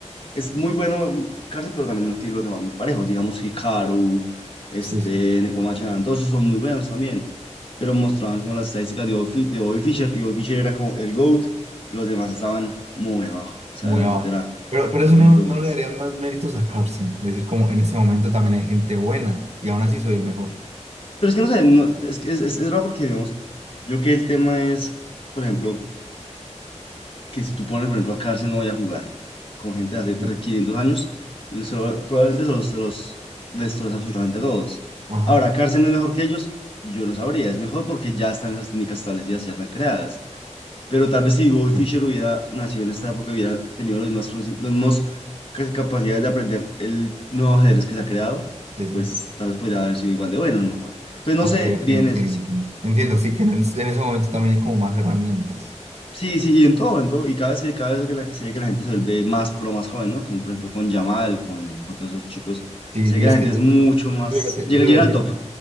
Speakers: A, on the left (about 45°); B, on the right (about 60°).
A: Es muy bueno Carson, pero también no tiene los demás muy parejos. Digamos, Hikaru, este,
B: Sí, sí,
A: Nepomuchan, todos esos son muy buenos también. Pero mostraban como las estadísticas de Bobby, Fi- de Bobby Fischer, y Bobby Fischer era como el GOAT, y los demás estaban muy abajo. O sea,
B: muy
A: de verdad
B: abajo.
A: era
B: Pero, pero eso
A: el
B: no,
A: GOAT.
B: no le daría más méritos a Carson. Decir, como en este momento también hay gente buena y aún así soy el mejor.
A: Pero es que no sé, no- es que es, es, es raro porque, digamos, yo que el tema es, por ejemplo, que si tú pones, por ejemplo, a cárcel no voy a jugar con gente de hace 300,
B: Sí.
A: 500 años, le- se lo- probablemente se los, se los destroza absolutamente a todos.
B: Ajá.
A: Ahora, cárcel es mejor que ellos, yo no sabría, es mejor porque ya están esas técnicas establecidas, ya están creadas. Pero tal vez si Bobby
B: Sí,
A: Fischer hubiera nacido en esta época, hubiera tenido los mismos, princip- los mismos cas- capacidades de aprender el nuevo ajedrez que se ha creado,
B: sí.
A: pues
B: sí.
A: tal vez podría haber sido igual de bueno, a lo mejor. Entonces, no
B: Ok,
A: sé
B: ok,
A: bien
B: entiendo.
A: eso, sí.
B: Entiendo, Entiendo, sí que en, en ese momento también hay como más herramientas.
A: Sí, sí, y en todo, en todo, y cada vez, se- cada vez que la- se ve que la gente se vuelve más pro, más joven, ¿no? Con, por ejemplo, con Yamal, con, con todos esos chicos,
B: Sí,
A: se
B: sí,
A: ve que la
B: es
A: gente
B: que
A: es
B: yo-
A: mucho más,
B: yo iba a decir,
A: llega,
B: yo
A: llega
B: iba a
A: al
B: decir,
A: top